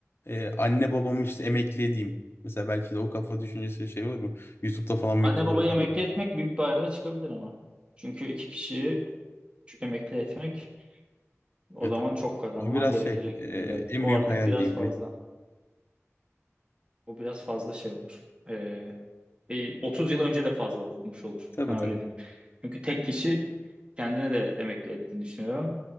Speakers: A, on the left; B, on the right.
A: e, anne babamı işte emekli edeyim. Mesela belki de o kafa düşüncesi şey olur mu? YouTube'da falan
B: Anne
A: videolar
B: babayı
A: izledim.
B: emekli etmek büyük bir hayale çıkabilir ama. Çünkü iki kişiyi emekli etmek o
A: E,
B: zaman
A: tabii.
B: çok kazanman
A: O biraz
B: gerekecektir
A: şey e,
B: illa ki.
A: en
B: O
A: büyük
B: artık
A: hayal
B: biraz
A: diyeyim.
B: fazla.
A: Hani,
B: O biraz fazla şey olur. Ee, e, 30 yıl önce de fazla olmuş olur.
A: tabii
B: Sana
A: tabii.
B: öyle diyeyim. Çünkü tek kişi kendine de emekli ettiğini düşünüyorum.